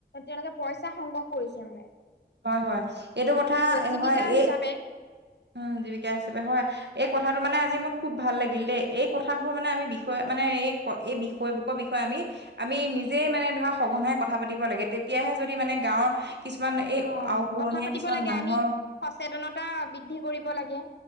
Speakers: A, on the left (about 80°); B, on the right (about 80°).
A: তেওঁলোকে পইচা সংগ্ৰহ কৰিছে মানে।
B: হয়, হয়, এইটো কথা
A: সেইটোৱে জীৱিকা
B: হয়, এই
A: হিচাপে
B: উম, জীৱিকা হিচাপে হয়। এই কথাটো মানে আজি মোৰ খুব ভাল লাগিল দেই, এই কথাবোৰ মানে আমি বিষয়ে মানে এই এই বিষয়বোকৰ বিষয়ে আমি আমি নিজে মানে ধৰা সঘনাই কথা পাতিব লাগে, তেতিয়াহে যদি মানে গাঁৱৰ কিছুমান
A: অ
B: আওঁপুৰণিয়া
A: কথা পাতিব
B: কিছুমান
A: লাগে
B: মানুহৰ
A: আমি সচেতনতা বৃদ্ধি কৰিব লাগে।